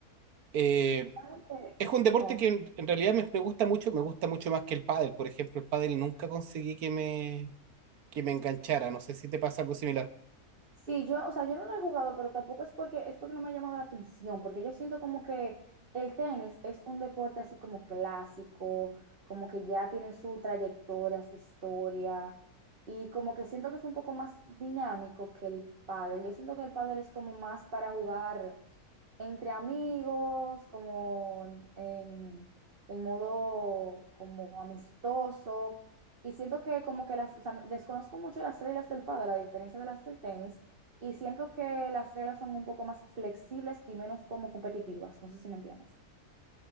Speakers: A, on the right; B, on the right.
A: Eh,
B: Realmente,
A: Es un
B: No,
A: deporte que en, en realidad me, me gusta mucho, me gusta mucho más que el pádel. Por ejemplo, el pádel nunca conseguí que me, que me enganchara. No sé si te pasa algo similar.
B: Sí, yo, o sea, yo no lo he jugado, pero tampoco es porque es porque no me ha llamado la atención, porque yo siento como que el tenis es un deporte así como clásico, como que ya tiene su trayectoria, su historia, y como que siento que es un poco más dinámico que el pádel. Yo siento que el pádel es como más para jugar entre amigos, como en, en- modo como amistoso. Y siento que como que las, o sea, desconozco mucho las reglas del pádel, a diferencia de las del tenis, y siento que las reglas son un poco más flexibles y menos como competitivas. No sé si me entiendes.